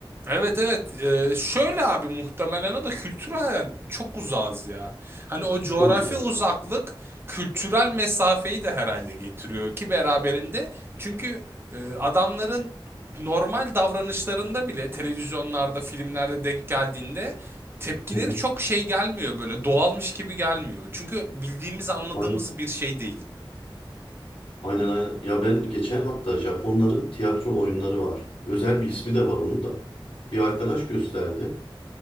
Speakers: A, on the right; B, on the left.
A: Evet evet Ee, şöyle abi muhtemelen o da kültürel çok uzağız ya. Hani o coğrafi
B: Çok uzağız
A: uzaklık
B: ya.
A: kültürel mesafeyi de herhalde getiriyor ki beraberinde. Çünkü e, adamların normal davranışlarında bile televizyonlarda filmlerde denk geldiğinde tepkileri
B: Hı hı.
A: çok şey gelmiyor böyle doğalmış gibi gelmiyor. Çünkü bildiğimiz anladığımız
B: Aynen.
A: bir şey değil.
B: Aynen aynen. Ya ben geçen hatta Japonların tiyatro oyunları var. Özel
A: Hı hı,
B: bir ismi de var onun da. Bir arkadaş gösterdi.